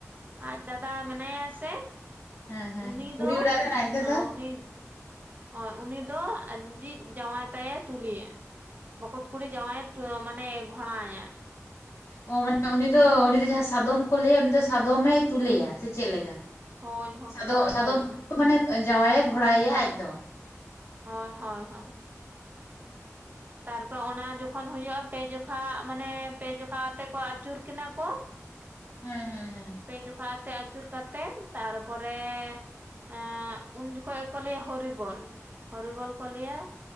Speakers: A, on the right; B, on the left.
A: ᱟᱡ ᱫᱟᱫᱟ ᱢᱮᱱᱟᱭᱟ ᱥᱮᱼᱼ
B: ᱦᱮᱸ ᱦᱮᱸ
A: ᱩᱱᱤ
B: ᱠᱩᱲᱤ
A: ᱫᱚ
B: ᱚᱲᱟᱜ ᱨᱮᱱ ᱟᱡ ᱫᱟᱫᱟ
A: ᱟᱸ ᱩᱱᱤᱼᱼ ᱦᱚᱭ ᱩᱱᱤ ᱫᱚ ᱟᱡᱤᱡ ᱡᱟᱶᱟᱭ ᱛᱟᱭᱮ ᱛᱩᱞᱤᱭᱟᱭᱼᱼ ᱵᱚᱠᱚᱛ ᱠᱩᱲᱤ ᱡᱟᱶᱟᱭ ᱢᱟᱱᱮ ᱜᱷᱚᱬᱟ ᱮᱸᱭᱟᱭ
B: ᱚ ᱢᱟᱱᱮ ᱩᱱᱤ ᱫᱚ ᱩᱱᱤ ᱫᱚ ᱡᱟᱦᱟᱸ ᱥᱟᱫᱚᱢ ᱠᱚ ᱞᱟᱹᱭᱟ ᱩᱱᱤ ᱫᱚ ᱥᱟᱫᱚᱢᱮ ᱛᱩᱞᱮᱭᱟ ᱥᱮ ᱪᱮᱫ ᱞᱮᱠᱟ?
A: ᱦᱚᱭ ᱦᱚᱜ
B: ᱥᱟᱫᱚᱢ
A: ᱦᱚᱭ
B: ᱥᱟᱫᱚᱢ
A: ᱦᱚᱭ ᱦᱚᱸ
B: ᱢᱟᱱᱮ ᱡᱟᱶᱟᱭᱮ ᱜᱷᱚᱬᱟᱭ ᱮᱭᱟ ᱟᱡ ᱫᱚ
A: ᱦᱚᱭ ᱦᱚᱭ ᱦᱚᱭ ᱛᱟᱨᱯᱚᱨ ᱚᱱᱟ ᱡᱚᱠᱷᱚᱱ ᱦᱩᱭᱩᱜᱼᱟ ᱯᱮ ᱡᱚᱠᱷᱟ ᱢᱟᱱᱮ ᱯᱮ ᱡᱚᱠᱷᱟ ᱟᱛᱮ ᱠᱚ ᱟᱹᱪᱩᱨ ᱠᱤᱱᱟ ᱠᱚ
B: ᱦᱩᱸ ᱦᱩᱸ ᱦᱩᱸ
A: ᱯᱮ ᱡᱚᱠᱷᱟ ᱟᱛᱮ ᱟᱹᱪᱩᱨ ᱠᱟᱛᱮᱫ ᱛᱟᱨᱯᱚᱨᱮᱼᱼ ᱮᱻ ᱩᱱ ᱡᱚᱠᱷᱚᱡ ᱜᱮ ᱠᱚ ᱞᱟᱹᱭᱟ ᱦᱚᱨᱤᱵᱚᱞ ᱦᱚᱨᱤᱵᱚᱞ ᱠᱚ ᱞᱟᱹᱭᱟ᱾